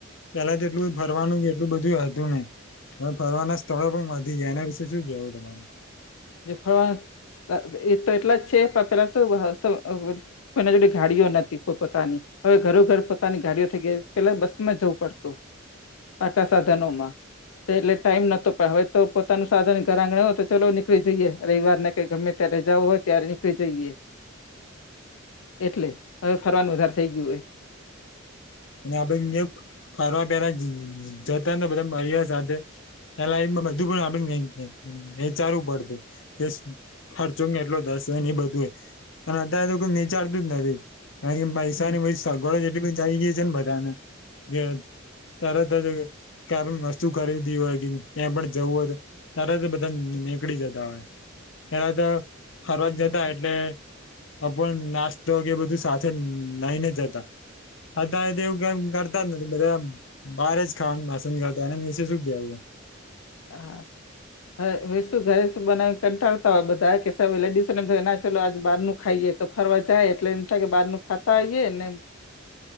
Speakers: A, on the left (about 65°); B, on the left (about 90°).
A: પેલા તો એટલું ફરવાનું એટલું બધું હતું નઇ. હવે ફરવાના સ્થળો પણ વધી ગયા એના વિશે શું કેવું તમારે?
B: જો ફરવાનું સ્થ એ તો એટલા જ છે પણ પેલા શું સ્થ અ. કોઈના જોડે ગાડીઓ નથી પોત પોતાની. હવે ઘરો ઘરો ઘર પોતાની ગાડીઓ થઈ ગઈ પેલા બસમાં જવું પડતું. આવતા સાધનોમાં. એટલે ટાઈમ નતો હોવે તો પોતાનું સાધન ઘર આંગણે હોય તો ચાલો નીકળ નીકળી જઈએ રવિવારના કે ગમે ત્યારે જવું હોય ત્યારે નીકળી જઈએ. એટલે હવે ફરવાનું વધારે થઈ ગયું હોય.
A: અને આ ફરવા પેલા જતા ને બધા મર્યા સાથે. એ લાઇનમાં બધું પણ આપડ એ એ એ ચારવું પડતું કે ખર્ચો બી કેટલો થસે ને એ બધું અને અત્યારે તો કોઈ વિચારતું જ નથી અહીં પૈસાની
B: હોય
A: બી સગવડો જેટલી બધી થઈ ગઈ છે ને બધાને જે તરત જ કે આપણને વસ્તુ ખરીદી હોય ક્યાં પણ જવું હોય તો ત્યારે તો બધા નીકળી જતા હોય, ત્ યારે તો ફરવા જ જતા એટલે, અ નાસ્તો કે બધું સાથે લઈને જતા. ફરતા તેવું કેવ કરતા નથી બધા બારે જ ખાન ભસન કરતા અને નિસેસ જ દેવું.
B: હા. હ શું ઘરે શું બનાવીને કંટાળતા હોય બધા કે લેડીસોને ના ચો આજ બારનું ખાઈએ. તો ફરવા જાય એટલે એમ થાય કે બારનું ખાતા આવીએ ને
A: <inaudible>